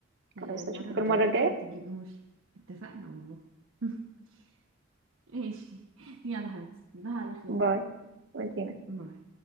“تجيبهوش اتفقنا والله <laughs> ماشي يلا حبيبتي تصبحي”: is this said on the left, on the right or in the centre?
Right